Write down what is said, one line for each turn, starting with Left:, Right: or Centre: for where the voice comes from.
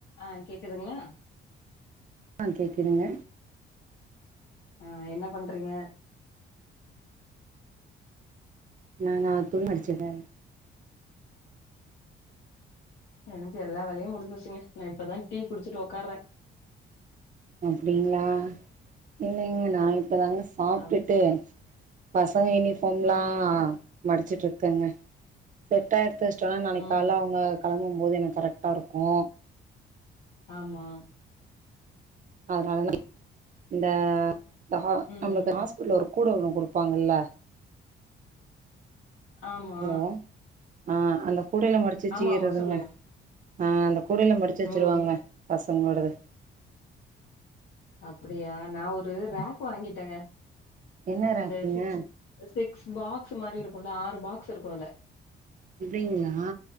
Left: ஆ கேக்குதுங்ளா
Right: ஆ கேக்குதுங்க
Left: ஆ என்ன பண்றீங்க
Right: வேனாத்து நடிச்சிருக்கே
Left: எனக்கு எல்லா வேலையு முடிஞ்சிருச்சுங்க நா இப்பதா டீ குடிச்சிட்டு ஒக்காற
Right: அப்டிங்களா இல்லைங்க நா இப்பதாங்க சாப்டுட்டு
Left: ம்
Right: பசங்க யூனிஃபாம்லா
Left: ம்
Right: மடிச்ட்டு இருக்கங்க செட் ஆ எத்து வஷ்டோனா நாளைக்கு
Left: ம்
Right: கால்ல அவுங்க கெளம்பு போது எனக்கு கரெக்டா இருக்கு
Left: ஆமா
Right: அதனால இந்த த ஹா
Left: ம்
Right: நம்மளுக்கு
Left: ம்
Right: ஹாஸ்பிட்லருக் கூட ஒன்னு குடுப்பாங்கல்ல
Left: ஆமா
Right: ஹலோ ஆ அந்த கூடைல மடிச்சி வச்சீருதுங்க
Left: ஆமா ஆமா சொல்லுங்க
Right: ஆ அந்த கூடைல மடிச்சி வச்சுருவாங்க
Left: ம் ம்
Right: பசங்களோடது
Left: அப்டியா நா ஒரு ரேக் வாங்கிட்டங்க
Right: என்ன
Left: இந்த
Right: ராக்குங்க
Left: சிக்ஸ் ஸ்பெக்ஸ் பாக்ஸ் மாரி இருக்குல்ல ஆறு பாக்ஸ் இருக்கு இல்ல
Right: அப்டிங்ளா